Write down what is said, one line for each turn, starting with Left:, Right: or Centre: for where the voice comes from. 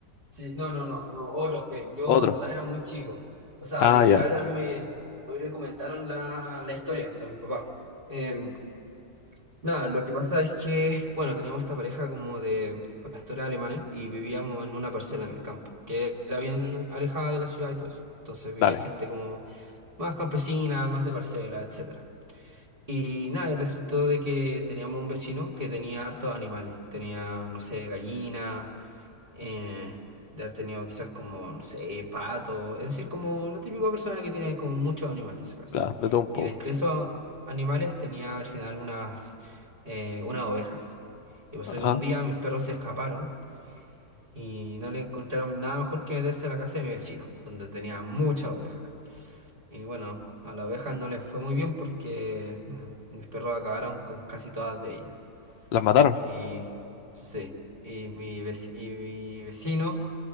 Right: Sí, no, no, no, no, otros que yo
Left: Otro.
Right: en verdad era muy chico. O sea,
Left: Ah,
Right: literal,
Left: ya.
Right: a mí me, a mí me comentaron la, la historia, o sea, mi papá. Em, nada, lo que pasa es que, bueno, teníamos esta pareja como de pastores alemanes y vivíamos en una parcela en el campo, que era bien alejada de la ciudad y todo eso. Entonces vivía
Left: Dale.
Right: gente como más campesina, más de parcela, etcétera. Y nada, y resultó de que teníamos un vecino que tenía hartos animales. Tenía, no sé, gallinas eh, de haber tenido quizás como, no sé, pato, es decir, como la típica persona que tiene como muchos animales en su casa.
Left: La- de todo un poco.
Right: Y de entre esos animales tenía al final unas, eh, unas ovejas. Y pasó
Left: Ajá.
Right: que un día mis perros se escaparon y no le encontraron nada mejor que meterse a la casa de mi vecino, donde tenía muchas ovejas. Y bueno, a las ovejas no les fue muy bien porque nada, mis perros acabaron con casi todas de ellas.
Left: ¿Las mataron?
Right: Y sí, y mi, vec- y mi vecino